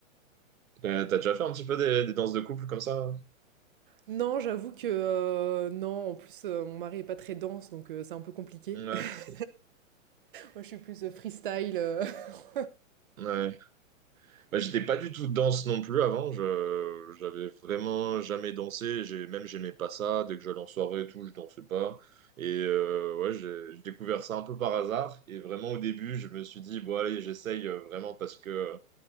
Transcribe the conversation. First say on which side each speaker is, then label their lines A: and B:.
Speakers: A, on the right; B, on the right.
A: Euh, t'as déjà fait un petit peu des, des danses de couple comme ça?
B: Non, j'avoue que, heu, non, en plus, heu, mon mari est pas très danse, donc heu, c'est un peu compliqué.
A: Ouais.
B: <laughs> Moi, je suis plus, heu, freestyle, heu <laughs>
A: Ouais. Bah, j'étais pas du tout danse non plus avant. Je, j'avais vraiment jamais dansé. J'ai, même j'aimais pas ça. Dès que j'allais en soirée et tout, je dansais pas. Et euh, ouais, j'ai j'ai découvert ça un peu par hasard. Et vraiment au début, je me suis dit, bon allez, j'essaye euh, vraiment parce que